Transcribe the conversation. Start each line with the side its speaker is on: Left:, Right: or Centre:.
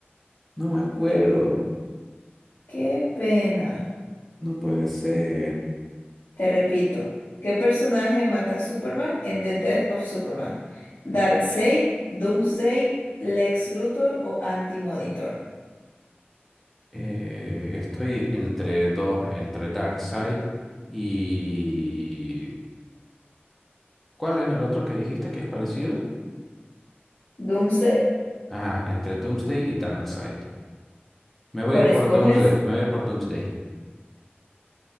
Centre: no me acuerdo.
Left: Qué, qué pena.
Centre: No puede ser.
Left: Te repito, ¿qué personaje mata a Superman en The Death of Superman? Darkseid, Doomsday, Lex Luthor o Anti-Monitor.
Centre: Eh, estoy entre dos, entre Darkseid y... ¿Cuál es el otro que dijiste que es parecido?
Left: ¿Doomsday?
Centre: Ajá, entre Doomsday y Darkseid. Me voy
Left: ¿Cuál
Centre: a ir
Left: escoges?
Centre: por Doomsday. Me voy a ir por Doomsday.